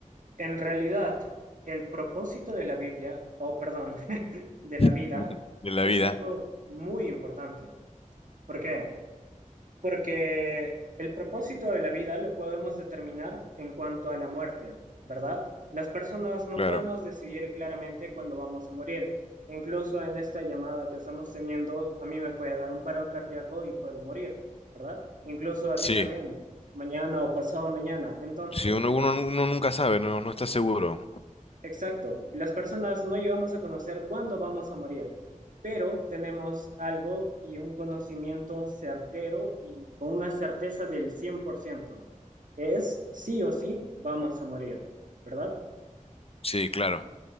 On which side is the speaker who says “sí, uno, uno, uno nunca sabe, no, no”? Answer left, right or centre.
Left